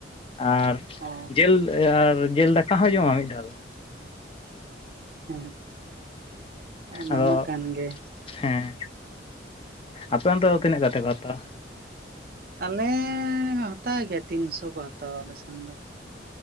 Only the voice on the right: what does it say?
ᱚ
ᱦᱮᱸ ᱚᱱᱟ
ᱢᱟ ᱠᱟᱱ ᱜᱮ,
ᱟᱞᱮ ᱦᱟᱛᱟᱣ ᱜᱮᱭᱟ ᱛᱤᱱᱥᱚ ᱠᱚ ᱦᱟᱛᱟᱣᱟ ᱟᱞᱮ ᱥᱮᱱ ᱫᱚ᱾